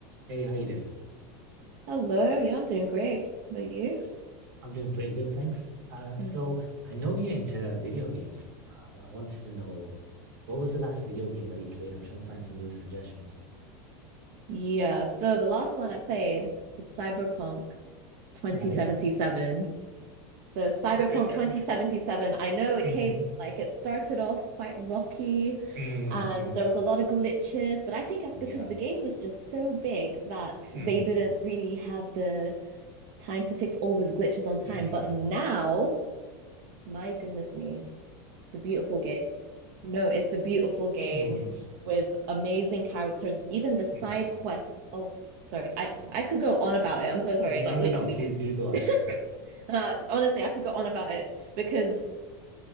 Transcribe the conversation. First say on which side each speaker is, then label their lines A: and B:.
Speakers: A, on the right; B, on the right.
A: Hey, how you doing?
B: Hello, yeah, I'm doing great. But you?
A: Bless. I'm doing pretty good, thanks. Uh, so
B: Mm.
A: I know you're into video games. Um, I wanted to know what was the last video game that you played? I'm trying to find some new suggestions.
B: Yeah, so the last one I played was Cyberpunk 2077.
A: Nice.
B: So Cyberpunk
A: <laughs>
B: 2077, I know it
A: Mm-hmm.
B: came like it started off quite rocky
A: Mm,
B: and
A: mm.
B: there was a lot of glitches, but I think that's
A: Yeah.
B: because the game was just so big that
A: Mm,
B: they didn't really have the time to fix all those glitches on time.
A: mm,
B: But now, my goodness me, it's a beautiful game. No, it's a beautiful game
A: mm,
B: with amazing characters. Even the side
A: mm,
B: quests. Oh, sorry. I
A: mm.
B: I could go on about it. I'm so sorry. Like
A: No, no,
B: literally,
A: no. Please do
B: <laughs>
A: go on.
B: uh, honestly, I could go on about it because